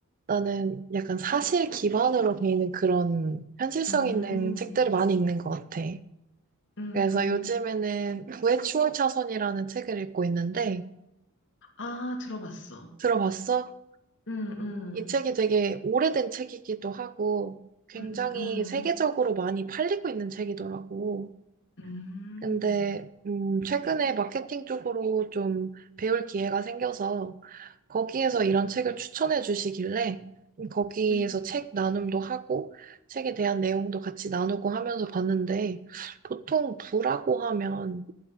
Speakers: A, on the right (about 40°); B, on the left (about 55°).
A: 나는 약간 사실 기반으로 돼 있는 그런 현실성
B: 음,
A: 있는 책들을 많이 읽는 것 같아.
B: 음,
A: 그래서
B: 음.
A: 요즘에는 구의 추월 차선이라는 책을 읽고 있는데
B: 아, 들어봤어.
A: 들어봤어?
B: 음, 음,
A: 이 책이 되게 오래된 책이기도 하고 굉장히
B: 음, 음,
A: 세계적으로 많이 팔리고 있는 책이더라고.
B: 음,
A: 근데 음, 최근에 마케팅 쪽으로 좀 배울 기회가 생겨서 거기에서 이런 책을 추천해 주시길래 거기에서
B: 음,
A: 책 나눔도 하고 책에 대한 내용도 같이 나누고 하면서 봤는데 보통 부라고 하면